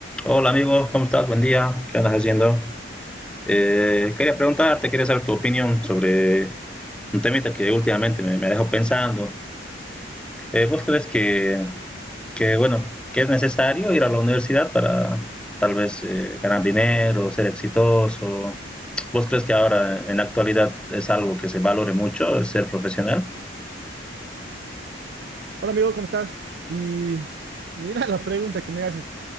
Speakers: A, in the centre; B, on the right.
A: Hola amigo, ¿cómo estás? Buen día, ¿qué andas haciendo? Eh, quería preguntarte, quería saber tu opinión sobre un temita que últimamente me, me dejó pensando. Eh, ¿vos crees que, que, bueno, que es necesario ir a la universidad para tal vez eh, ganar dinero, ser exitoso? ¿Vos crees que ahora en la actualidad es algo que se valore mucho, ser profesional?
B: Hola amigo, ¿cómo estás? Y mira la pregunta que me haces.